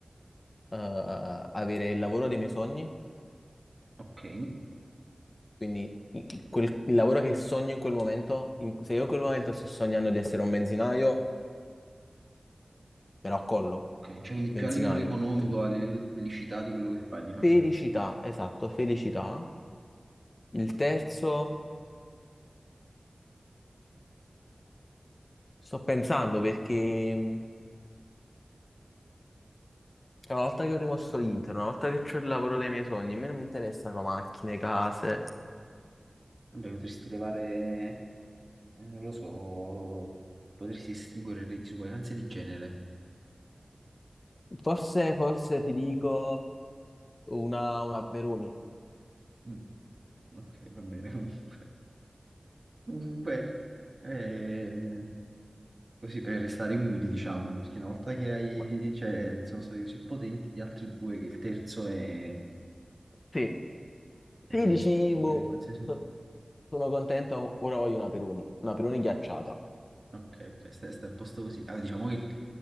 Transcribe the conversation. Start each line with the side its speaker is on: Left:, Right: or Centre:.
Left: eh, avere il lavoro dei miei sogni,
Right: Ok,
Left: quindi il, quel- il lavoro che sogno in quel momento, in- se io in quel momento sto sognando di essere un benzinaio, me lo accollo,
Right: ok, cioè quindi
Left: benzinaio.
Right: più a livello economico, a livello di felicità di quello che fai, diciamo.
Left: Felicità, esatto, felicità. Il terzo, sto pensando perché... Cioè, una volta che ho rimosso l'Inter, una volta che ho il lavoro dei miei sogni, a me non mi interessano macchine, case.
Right: Vabbè, potresti levare, eh, non lo so, potresti estinguere le disuguaglianze di genere.
Left: Forse, forse ti dico una, una Peroni.
Right: Mm, ok, va bene <laughs> comunque. Comunque, eh, Così per restare umili, diciamo, perché una volta che hai,
Left: Ma-
Right: cioè, sono stati così potenti gli altri due che il terzo è,
Left: Sì,
Right: è
Left: Sì, dici,
Right: spendibile
Left: boh,
Right: in qualsiasi... modo.
Left: so- sono contento, ora voglio una Peroni, una Peroni ghiacciata.
Right: Ok, ok, sta, sta a posto così. Allora, diciamo che il,